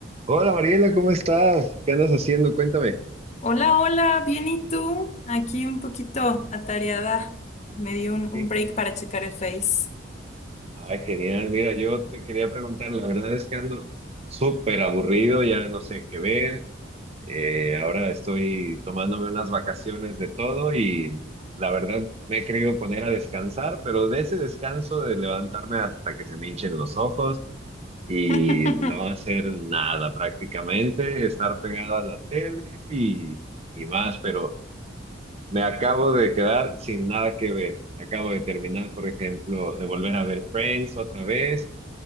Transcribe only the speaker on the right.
Hola Mariela, ¿cómo estás? ¿Qué andas haciendo? Cuéntame.
Sí.
Ay, genial. Mira, yo te quería preguntar, la verdad es que ando súper aburrido, ya no sé qué ver. Eh, ahora estoy tomándome unas vacaciones de todo y la verdad me he querido poner a descansar, pero de ese descanso de levantarme hasta que se me hinchen los ojos y
no hacer nada prácticamente, estar pegado a la tele y, y más, pero Me acabo de quedar sin nada que ver. Me acabo de terminar, por ejemplo, de volver a ver Friends otra vez